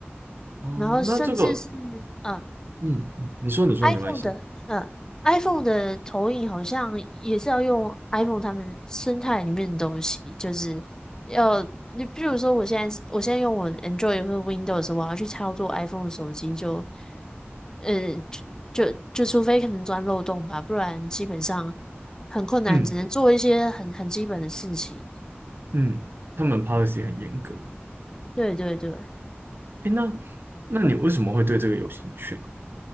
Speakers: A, on the right (about 55°); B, on the left (about 15°).
A: 哦，
B: 然后甚至是嗯。
A: 那这个，
B: 呃
A: 嗯，你说你说没关系。
B: iPhone 的，嗯，iPhone 的投影好像也是要用 iPhone 他们生态里面的东西，就是要你比如说，我现在是我现在用我 Android 或者 Windows，我要去操作 iPhone 的手机就，嗯，就就就除非可能钻漏洞吧，不然基本上很困难，
A: 嗯
B: 只能做一些很很基本的事情。
A: 嗯，他们 policy 很严格。
B: 对对对，
A: 诶，那那你为什么会对这个有兴趣啊？